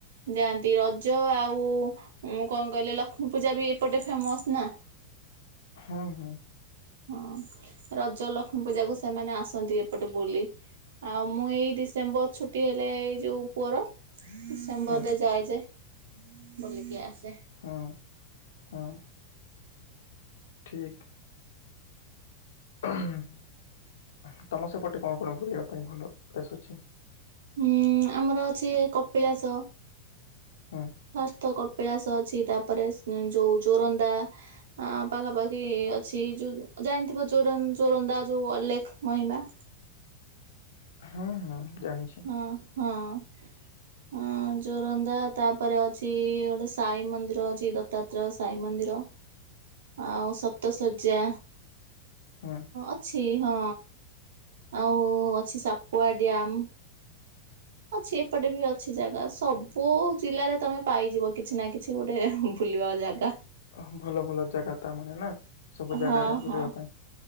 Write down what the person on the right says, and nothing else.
ଯାଆନ୍ତି ରଜ ଆଉ କଣ କହିଲେ ଲକ୍ଷ୍ମୀ ପୂଜା ବି ଏପଟେ ଫେମସ୍ ନା? <inaudible>
ହଁ ରଜ ଲକ୍ଷ୍ମୀ ପୂଜାକୁ ସେମାନେ ଆସନ୍ତି ଏପଟେ ବୁଲି। ଆଉ ମୁଁ ଏଇ ଡିସେମ୍ବର ଛୁଟି ହେଲେ ଏଇ ଯୋଉ ପୁଅର ଡିସେମ୍ବରରେ
ଯାଏ ଯେ ବୁଲିକି ଆସେ।
ହୁଁ ଆମର ଅଛି କପିଳାସ।
<unintelligible> କପିଳାସ ଅଛି ତାପରେ ଯୋଉ ଜୋରନ୍ଦା ପାଖାପାଖି ଅଛି ଯୋଉ ଜାଣିଥିବ ଚୋରନ୍ଦା ଯୋଉ ଅଲେଖ ମହିମା।
ହଁ ହଁ ଜୋରନ୍ଦା ତାପରେ ଅଛି ଗୋଟେ ସାଇ ମନ୍ଦିର ଅଛି ଦତ୍ତାତ୍ରୟ ଶାଇମନ୍ଦିର। ଆଉ ସପ୍ତ ଶର୍ଯ୍ୟା।
ଅଛି ହଁ ଆଉ ଅଛି ସାପୁଆଡ୍ୟାମ। ଅଛି ଏପଟେ ବି ଅଛି ଜାଗା ସବୁ ଜିଲ୍ଲାରେ ତମେ ପାଇଯିବ କିଛି ନା କିଛି ଗୋଟେ ବୁଲିବା ଯାଗା।
ହଁ
ହଁ